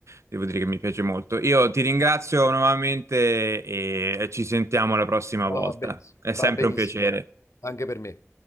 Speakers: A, on the right; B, on the left.
A: devo dire che mi piace molto. Io ti ringrazio nuovamente e ci sentiamo la prossima
B: ma
A: volta.
B: va benissimo,
A: È sempre
B: va benissimo
A: un piacere.
B: anche per me.